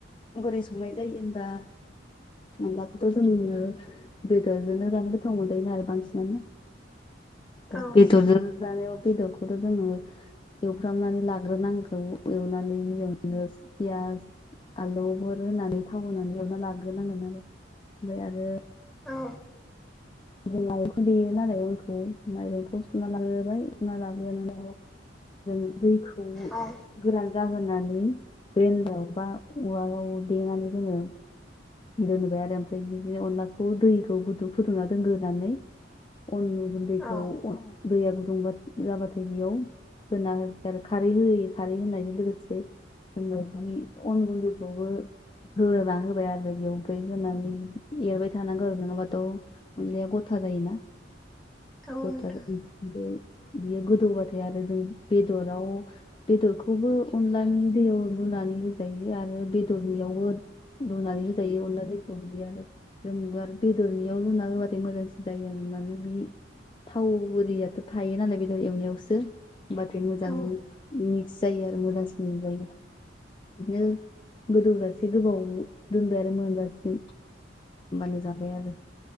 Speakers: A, on the left; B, in the centre.
A: बोरै संनाय जायो होनबा अनलाखौथ' जोङो बेदरजोंनो जानो गोथाव मोनजायो ना आरो बांसिनानो।
B: <inaudible>
A: दा
B: औ
A: बेदरजों जानायाव बेदरखौथ' जोङो एवफ्रामनानै लाग्रोनांगौ एवनानै यावनो पियास आलौफोर होनानै थाव होनानै एवना लाग्रोनांगोन आरो ओमफ्राय आरो
B: औ
A: जों माइरं देयो नालाय अनखौ माइरंखौ सुना लाग्रोबाय सुना लाग्रो <unintelligible> जों दैखौ
B: औ
A: गोरान जाहोनानै <unintelligible> बा उवालाव देनानै जोङो दोनबाय आरो ओमफ्राय बिदिनो अनलाखौ दैखौ गुदुं फुदुं ना दोनग्रोनानै अन गुन्दैखौ
B: औ
A: दैया गुदुंबा जाबाथाय बेयाव होना हो आरो खारै होयो खारै होनायजों लोगोसे <unintelligible> अन गुन्दैखौबो होना होबाय आरो बेयाव ओमफ्राय होनानै एरबाय थानांगौ आरो नोङाबाथ' अनलाया गथा जायोना
B: औ
A: गथा
B: नोंथां
A: जायो बियो गोदौबाथाय आरो जों बेदराव बेदरखौबो अनलानि दैयाव लुना नानै होजायो आरो बेदरनियावबो लुनानै होजायो अनला दैखौ बिदि आरो जोंबो आरो बेदरनियाव लुना होबा बि मोजांसिन जायो मानोना बि थाव बोरियाथ' थायो नालाय बेदर एवनायावसो होमबाथाय मोजाङै
B: औ
A: मिक्स जायो आरो मोजांसिन मोनजायो। बिदिनो गोदौजासे गोबाव दोनबाय आरो मोनजासिम। होमबानो जाबाय आरो।